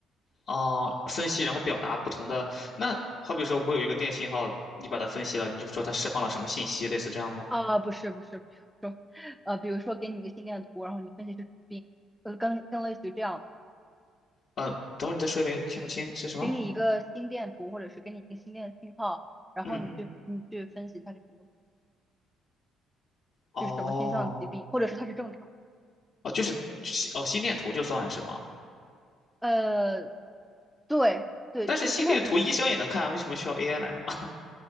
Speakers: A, on the left; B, in the centre.
A: 哦，分析然后表达不同的。那好比说我有一个电信号，你把它分析了，你就说它释放了什么信息，类似这样吗？
B: 啊，不是不是，比如说，呃，比如说给你一个心电图，然后你分析是什么病，呃，更更类似于这样，
A: 呃，等会儿你再说一遍，听不清是什么？
B: 给你一个心电图，或者是给你一个心电信号，然后你去你去分析它是什么，
A: 嗯，哦，
B: 就是什么心脏疾病，或者是它是正常。
A: 哦，就是心哦心电图就算是吗？
B: 呃，对对，
A: 但是心电图医生也能看啊为什么需要
B: 这心电图，
A: AI 来呢？